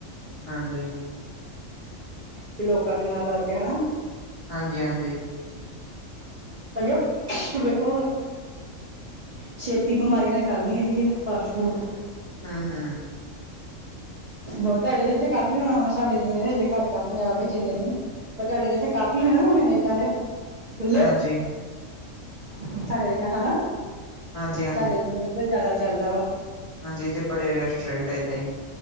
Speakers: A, on the left (about 50°); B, on the right (about 50°).
A: ਹਾਂਜੀ।
B: ਕਿ ਲੋਕਾਂ ਦੇ ਨਾਲ ਰਲ ਕੇ, ਹਣਾਂ।
A: ਹਾਂਜੀ-ਹਾਂਜੀ।
B: ਅਗਰ, ਦੇਖੋ ਹੁਣ ਛੇਤੀ ਬਿਮਾਰੀਆਂ ਦਾ ਘਰ ਨੀ ਹੈਗੀ ਏ, ਫਾਸਟ ਫੂਡ!
A: ਹੰ-ਹੰ।
B: ਹੋਰ ਤੁਹਾਡੇ ਤੇ ਇੱਥੇ ਕਾਫੀ ਹੋਣਾ ਵਾ ਸਾਡੇ ਜਿਵੇਂ ਹਜੇ ਘੱਟ ਆ ਪੰਜਾਬ ਵਿੱਚ ਇੰਨੇ ਨੀ। ਪਰ ਤੁਹਾਡੇ ਦੇ ਇੱਥੇ ਕਾਫੀ ਹੈਨਾ ਹੁਣੇ ਨੇ ਇੱਦਾਂ ਦੇ। ਖੁੱਲੇ!
A: ਹਾਂਜੀ,
B: ਤੁਹਾਡੇ ਇੱਥੇ ਹੈਨਾ।
A: ਹਾਂਜੀ-ਹਾਂਜੀ।
B: ਤਾਡੇ
A: ਹਾਂਜੀ
B: ਜਿਵੇਂ ਇੱਧਰ ਜਾਦਾ ਚੱਲਦਾ ਵਾ।
A: ਹਾਂਜੀ ਇੱਥੇ ਬੜੇ ਰੈਸਟੋਰੈਂਟ ਐ ਏਦਾਂ ਈ।